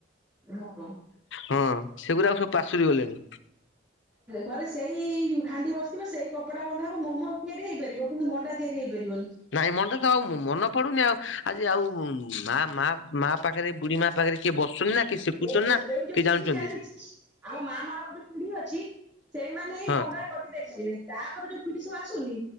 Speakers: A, on the right; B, on the left.
A: ହଁ
B: ହଁ ସେଗୁରାକୁ ସବୁ ପାଶୁରି ଗଲେଣି।
A: ଘରେ ସେଇ ହାଣ୍ଡି ବସିବ ସେଇ କପଡା ବନ୍ଧା ହବ ମୋମୋ ତିଆରି ହେଇପାରିବ। କିନ୍ତୁ ମଣ୍ଡା ତିଆରି ହେଇପାରିବନି।
B: ନାଇଁ ମଣ୍ଡା ତ ଆଉ ମନେ ପଡୁନି ଆଉ ଆଜି ଆଉ ମା, ମା ମା ପାଖରେ ବୁଢୀ ମା ପାଖରେ କିଏ ବସୁଚନ୍ତି ନା କିଏ ଶିଖୁଚନ୍ତି
A: ଏ
B: ନା
A: ଏଇ ଯୋଉ
B: କିଏ
A: ପିଢି
B: ଜାଣୁଚନ୍ତି।
A: ଚାଲିଛି ଆମ ମା ମାନଙ୍କର ଯୋଉ ପିଢି ଅଛି ସେଇମାନେ ହିଁ
B: ହଁ
A: ମଣ୍ଡା କରି ଦେଇ ପାରିବେ ତାପରେ ଯୋଉ ପିଢ଼ି ସବୁ ଆସୁନି